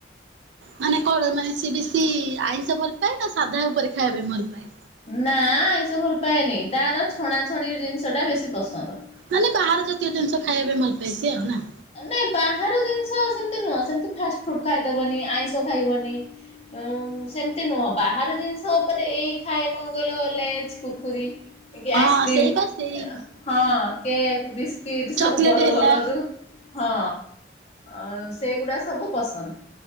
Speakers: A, on the right; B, on the left.
A: ମାନେ କଣ ମାନେ ସିଏ ବେଶି ଆଇଁଷ ଭଲ ପାାଏ ନା ସାଧା ଉପରେ ଖାଇବା ପାଇଁ ଭଲ ପାାଏ।
B: ନା ଆଇଁଷ ଭଲ ପାଏନି ତାର ଛଣାଛଣି ଜିନିଷ ଟା ବେଶୀ ପସନ୍ଦ।
A: ମାନେ ବାହାର ଜାତୀୟ ଜିନିଷ ଖାଇବା ପାଇଁ ଭଲ ପାଏ ସିଏ ଆଉ ନା।
B: ନାଇଁ ବାହାର ଜିନିଷ ସେମିତି ନୁହଁ ସେମିତି ଫାଷ୍ଟଫୁଡ ଖାଇଦବନି ଆଇଁଷ ଖାଇବନି ଅ ଉ ସେମିତି ନୁହଁ ବାହାର ଜିନିଷ ଉପରେ ଏଇ ଖାଏ କଣ କହିଲ ଲେଜ କୁୁରକୁରି। ଏ କି
A: ହଁ
B: ଆଇସ୍କ୍ରିମ୍
A: ସେଇ ବା ସେଇ
B: ହଁ କେକ୍ ବିସ୍କିଟ
A: ଚକୋଲେଟ
B: ସବୁ ଭଲ
A: ହେଲା
B: ଭଲ ଯୋଉ ହଁ ଅ ସେଗୁଡା ସବୁ ପସନ୍ଦ।